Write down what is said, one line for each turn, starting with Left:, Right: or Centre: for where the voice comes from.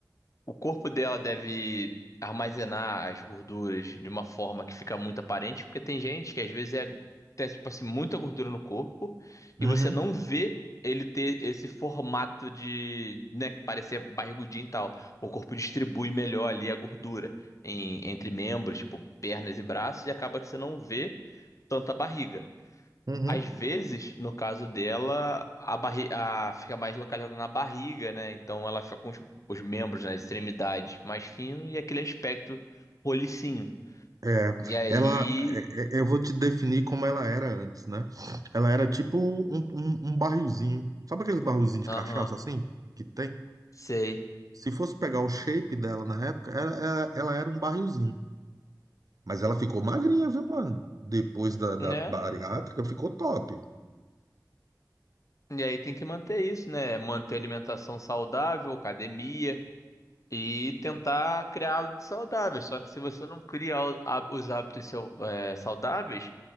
Left: O corpo dela deve armazenar as gorduras de uma forma que fica muito aparente, porque tem gente que às vezes é, tem, tipo assim, muita gordura no corpo
Right: Uhum,
Left: e você não vê ele ter esse formato de, né, parecer barrigudinho e tal. O corpo distribui melhor ali a gordura em- entre membros, tipo pernas e braços, e acaba que você não vê tanta barriga.
Right: uhum.
Left: Às vezes, no caso dela, a barri a, fica mais localizada na barriga, né? Então ela fica com os, os membros, nas extremidades mais fino e aquele aspecto rolicinho.
Right: É,
Left: E aí.
Right: ela, é- é- eu vou te definir como ela era antes, né? Ela era tipo um, um, um barrilzinho. Sabe aqueles barrilzinhos de
Left: Aham,
Right: cachaça assim? Que tem?
Left: sei.
Right: Se fosse pegar o shape dela na época, ela, ela, ela era um barrilzinho. Mas ela ficou magrinha, viu, mano? Depois da, da
Left: Né?
Right: bariátrica, ficou top.
Left: E aí tem que manter isso, né? Manter alimentação saudável, academia. E tentar criar hábitos saudáveis. Só que se você não cria o- há- os hábitos seu- é, saudáveis,